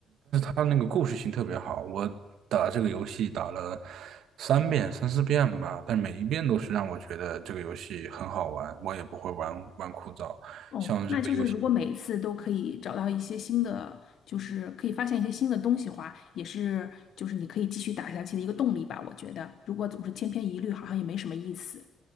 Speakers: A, on the right (about 75°); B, on the left (about 60°).
A: 它那个故事性特别好，我打这个游戏打了三遍三四遍吧，但每一遍都是让我觉得这个游戏很好玩，我也不会玩玩枯燥。
B: 哦，
A: 像这个游戏，
B: 那就是如果每一次都可以找到一些新的，就是可以发现一些新的东西的话，也是就是你可以继续打下去的一个动力吧。我觉得，如果总是千篇一律，好像也没什么意思。